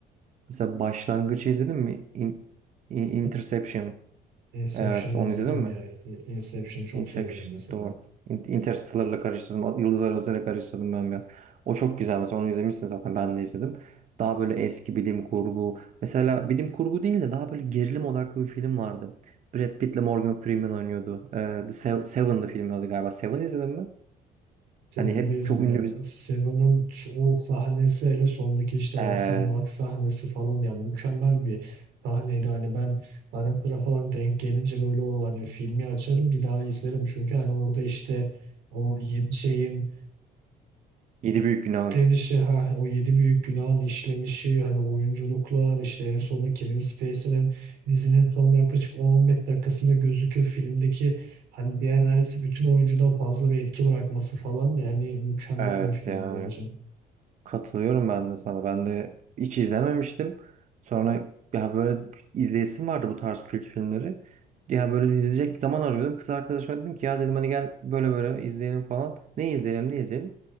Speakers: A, on the right (about 45°); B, on the right (about 85°).
A: Mesela Başlangıç'ı izledin mi? In- In- Interception.
B: Inception. Inception'ı
A: Evet,
B: izledim
A: onu izledin mi?
B: ya. İ- Inception'ı çok
A: Inception
B: seviyorum mesela.
A: doğru. In- Interstellar'la karıştırdım. Yıldız Arası'yla karıştırdım ben ya. O çok güzel mesela onu izlemişsin zaten ben de izledim. Daha böyle eski bilim kurgu. Mesela bilim kurgu değil de daha böyle gerilim odaklı bir film vardı. Brad Pitt'le Morgan Freeman oynuyordu. Ee, The Sev- Seven'dı filmin adı galiba. Seven izledin mi?
B: Seven'dayızım
A: Hani hep çok ünlü
B: ya.
A: bir...
B: Seven'ın şu- o sahnesi hele sondaki işte
A: Evet.
B: Watson'ı bak sahnesi falan ya mükemmel bir sahneydi. Hani ben ara sıra falan denk gelince böyle o hani filmi açarım bir daha izlerim. Çünkü hani orada işte o yedi şeyin
A: Yedi Büyük Günah'ın.
B: işlenişi ha o yedi büyük günahın işlenişi hani oyunculuklar işte en sonunda Kevin Spacey'nin dizinin son yaklaşık 10-15 dakikasında gözüküyor filmdeki hani diğer neredeyse bütün oyuncudan fazla bir etki bırakması falan yani mükemmel
A: Evet
B: bir filmdi
A: yani.
B: bence.
A: Katılıyorum ben de sana. Ben de hiç izlememiştim. Sonra ya böyle izleyesim vardı bu tarz kült filmleri. Ya böyle izleyecek zaman arıyordum. Kız arkadaşıma dedim ki ya dedim hani gel böyle böyle izleyelim falan. Ne izleyelim ne izleyelim.